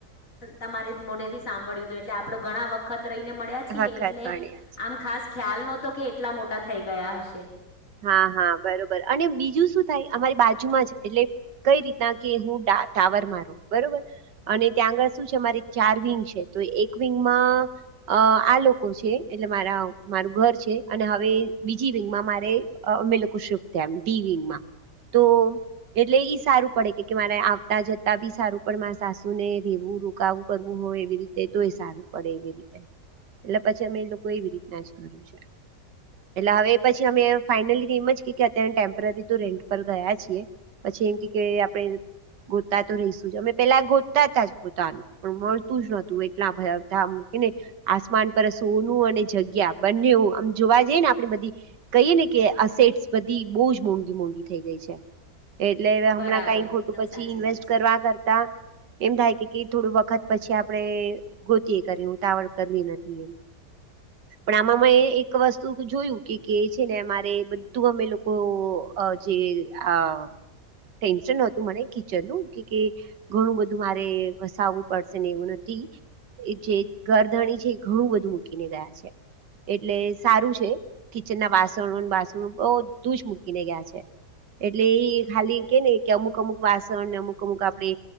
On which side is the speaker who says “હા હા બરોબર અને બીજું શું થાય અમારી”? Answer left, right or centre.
Right